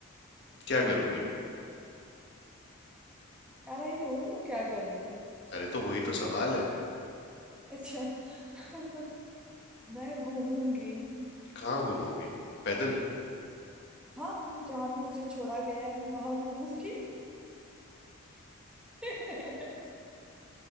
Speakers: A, on the left (about 50°); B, in the centre.
A: क्या
B: हम्म
A: करोगी
B: यार आई डोंट नो क्या करूंगी
A: अरे तो वही तो सवाल है
B: अच्छा <laughs> मैं घूमूंगी
A: कहाँ घूमोगी पैदल
B: हाँ जहां भी मुझे छोड़ा गया है मैं वहां घूमूंगी <laughs>